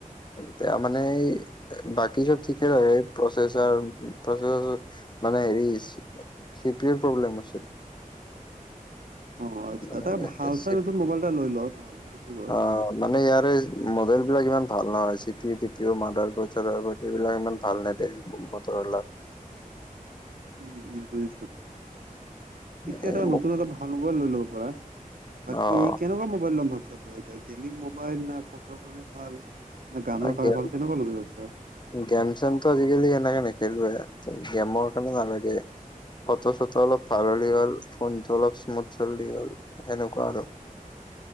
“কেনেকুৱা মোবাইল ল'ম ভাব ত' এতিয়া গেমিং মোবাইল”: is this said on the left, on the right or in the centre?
Right